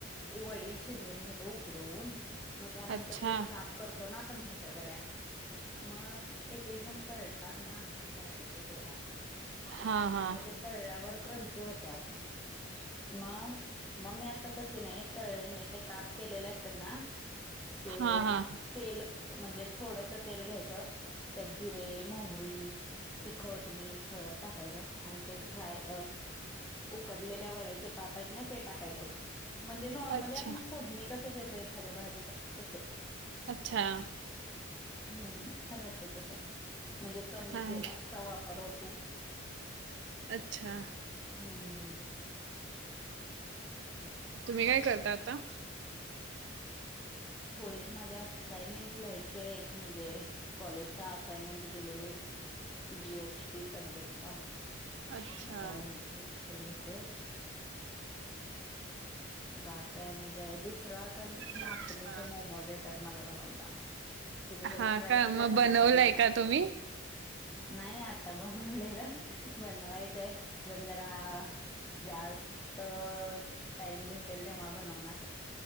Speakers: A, on the left; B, on the right.
A: वडी शिजवून घेतो उकडवून मग त्यानंतर
B: अच्छा
A: त्याचे काप करतो ना आपण छोट्या वड्या मग एक एक जण तळतात ना डायरेक्ट तेलात
B: हा हा
A: मग तळ्यावर क्रंची होत्या मग मग मी आता तसे नाहीत तळे नाही ते काप केलेले असतात ना ते
B: हा हा
A: तेल म्हणजे थोडस तेल घ्यायचं त्यात जिरे मोहरी तिखट मीठ हळद टाकायचं आणि ते फ्राय उकडलेल्या वळयाचे काप आहेत ना ते टाकायचं म्हणजे नॉर्मली
B: अच्छा
A: आपण फोडणी कसं देतो एखाद्या भाजीला तसं
B: अच्छा
A: हम्म छान लागतं तसं म्हणजे कमी
B: हा.
A: तेलाचा वापर होतो.
B: अच्छा
A: हम्म हम्म
B: तुम्ही काय करता आता?
A: थोडेशे माझे अस सायमेन्ट लिहायचे आहेत, म्हणजे कॉलेजच्या असाइनमेंट दिलेले येत. पी. एच. पी सबजेक्टच्या,
B: अच्छा
A: मग त्या लिहायच्या. त्या लिहिते. बाकी आणि काय? दुसरं असं
B: अच्छा.
A: नाचनीचे मोमोज येतात. मला बनवता, तुम्ही
B: हा
A: कधी ट्राय केलाय
B: मग
A: का?
B: बनवलंय
A: नाचण्याचे मग?
B: का तुम्ही?
A: नाय आता बनवलेलं. बनवायचंय, पण जरा जास्त टाइम भेटेल तेव्हा बनवणार,